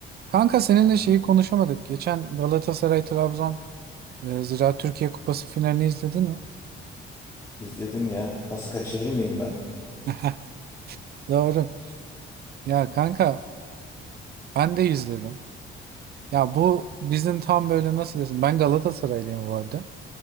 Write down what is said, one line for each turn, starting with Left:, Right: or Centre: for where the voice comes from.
Right: Kanka seninle şeyi konuşamadık. Geçen Galatasaray Trabzon e, Ziraat Türkiye Kupası finalini izledin mi?
Left: İzledim ya. Nasıl kaçırır mıyım ben?
Right: <laughs> Doğru. Ya kanka ben de izledim. Ya bu bizim tam böyle nasıl desin? Ben Galatasaraylıyım bu arada.